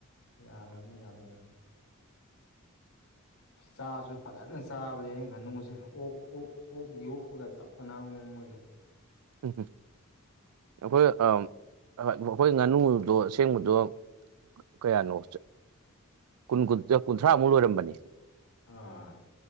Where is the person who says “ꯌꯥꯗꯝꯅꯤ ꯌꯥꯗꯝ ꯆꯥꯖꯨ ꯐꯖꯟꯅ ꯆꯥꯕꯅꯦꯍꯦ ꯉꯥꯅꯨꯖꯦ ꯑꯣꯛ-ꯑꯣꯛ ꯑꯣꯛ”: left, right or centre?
Left